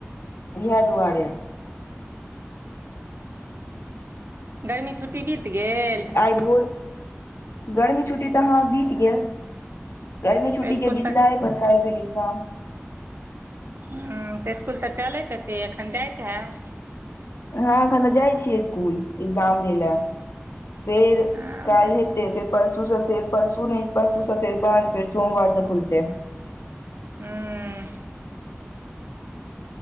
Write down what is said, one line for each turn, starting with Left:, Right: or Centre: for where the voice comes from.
Left: इएह दुआरे।
Right: गर्मी छुट्टी बीत गेल।
Left: आई भोरे गर्मी छुट्टी तऽ हाँ बीत गेल गर्मी
Right: तऽ
Left: छुट्टी
Right: इसकुल
Left: के बीतला
Right: तक
Left: परकार भेल्जाम।
Right: हा तऽ स्कूल तऽ चलैत हेतै। एखन जाइत हेब
Left: हँ एखन तऽ जाइ छियै। स्कूल एग्जाम दै लए फेर
Right: हूँ
Left: कल हेतै फेर परसू सँ फेर परसू नहि परसू सँ फेर बान फेर सोमवार से खुलते
Right: हँ।